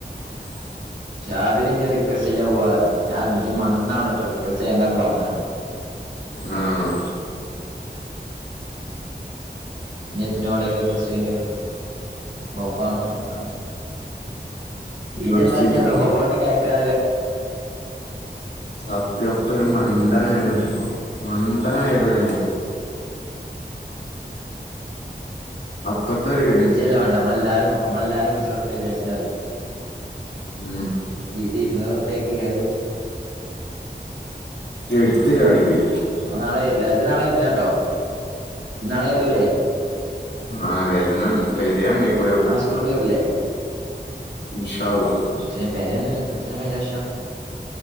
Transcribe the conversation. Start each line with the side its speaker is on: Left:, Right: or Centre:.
Left: <inaudible>
Right: ഷാദിലിന്നെ റിക്വസ്റ്റ് ചെയ്യാ പോവാർഞ് ഞാൻപറഞ്ഞു ഇജ് മണ്ണവണ്ടാട്ടോ റിക്വസ്റ്റ് ചെയ്യണ്ടാന്ന് പറഞ്ഞഅ
Left: ആഹ്
Right: ഇഞ്ഞെത്തിന ഓളേല് റിക്വസ്റ്റ് ചെയ്യണ്ട ആവുശ്യാം ഓക് ഓനെ വാണ്ടാന്ന് <unintelligible>
Left: യൂണിവേഴ്സിറ്റി
Right: ഈജ്ജെന്താച്ച റോബോട്ടൊക്കെ അയക്കാ <unintelligible>
Left: സത്യം പ്പൊ ഒരു മണ്ടനായെടോ ഞാൻ മണ്ടനായെടോ ഞാന് അപ്പത്തഒര്.
Right: ഇജ്ജെല്ല മണ്ടൻ ന്നമ്മളെല്ലാരും നമ്മളെല്ലാരിം കുറിച്ചോളെത്താ വിജാര്ച്ച്ണ്ടാവലെ.
Left: ഉം.
Right: ഇര് ഇരുന്നൂറ് ർപ്യേക് അഹ്.
Left: ഇട്ത് ചാടി പോയി.
Right: ഓന്നാളെ വരില്ല ഇജ് നാളെ വരണംട്ടോ ഇജ് നാളെ വെരൂലേ
Left: ആഹ് വെര്നം പെരിയമ്മിക്കു
Right: നാളെ സ്കൂൾക്ക് വര്ല്ലേ.
Left: ഇൻഷാ അള്ളാഹ്
Right: എത്തിന പെരേന്നിട്ട് എത്ത് എത്തിനാപയ്ൻ്റാവശ്യം.